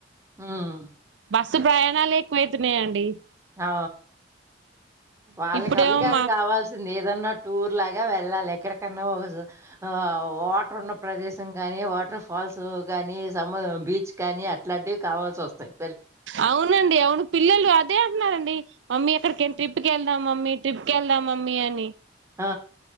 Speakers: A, on the right; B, on the right.
A: హమ్
B: బస్సు ప్రయాణాలే ఎక్కువైపోయాయి అండి
A: ఆ వాళ్ళకి
B: ఇప్పుడేమో
A: అవిగాదు
B: మా
A: కావాల్సింది ఏదన్న టూర్ లాగా వెళ్ళాలి ఎక్కడికన్నా ఆ వాటర్ ఉన్న ప్రదేశం కానీ వాటర్ ఫాల్స్ కానీ స బీచ్ కానీ అట్లాంటివి కావాల్సి వస్తయి
B: అవునండి అవును పిల్లలు అదే అంటున్నారండి మమ్మీ అక్కడికేనా ట్రిప్కి వెళ్దాం మమ్మీ ట్రిప్కి వెళ్దాం మమ్మీ అని
A: ఆ